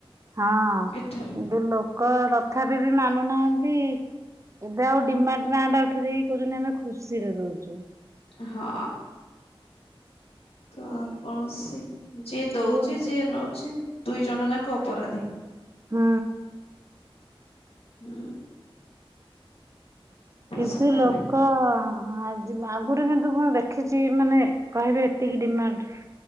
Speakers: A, on the right; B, on the left.
A: ହଁ
B: ଏଟା
A: ବ ଲୋକ ତଥାପି ବି ମାନୁନାହାନ୍ତି ଏବେ ଆଉ ଡିମାଟ ନାଁ ଟା ଉଠେଇ ଦେଇେଇକି କହୁଚନ୍ତି ଆମେ ଖୁସି ରେ ଦଉଛୁ।
B: ହଁ ତ କୌଣସି ଯିଏ ଦଉଛି
A: ହୁଁ
B: ଯିଏ ନଉଛି ଦୁଇ ଜଣ ଯାଙ୍କ ଅପରାଧୀ।
A: ହୁଁ।
B: ହୁଁ।
A: କିନ୍ତୁ
B: ସବୁ
A: ଲୋକ ଆଜି ଆଗରୁ କିନ୍ତୁ କଣ ଦେଖିଛି କି ମାନେ କହିବେ ଏତିକି ଡିମାଣ୍ଡ